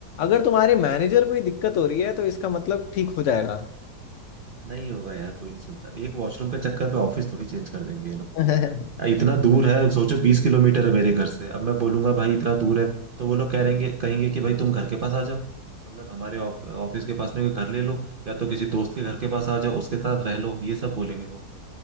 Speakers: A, on the left (about 70°); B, on the right (about 60°).
A: अगर तुम्हारे मैनेजर को ही दिक्कत हो रही है तो इसका मतलब ठीक हो जाएगा
B: नहीं होगा यार कोई नहीं सुनता एक वॉशरूम के चक्कर पे ऑफिस थोड़ी चेंज कर देंगे ये लोग
A: <laughs>
B: इतना दूर है सोचो बीस किलोमीटर है मेरे घर से अब मैं बोलूंगा भाई इतना दूर है तो वो लोग कह रहेंगे कहेंगे कि भाई तुम घर के पास आ जाओ मतलब हमारे ऑफ- ऑफिस के पास में कोई घर ले लो या तो किसी दोस्त के घर के पास आ जाओ उसके साथ रह लो ये सब बोलेंगे वो